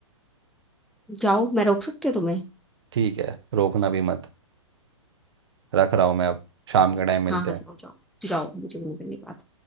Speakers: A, in the centre; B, on the right (about 55°).
A: जाओ मैं रोक सकती हूँ तुम्हें
B: ठीक है रोकना भी मत रख रहा हूँ मैं अब शाम के टाइम मिलते
A: हाँ हाँ
B: हैं
A: जाओ जाओ जाओ मुझे नहीं करनी बात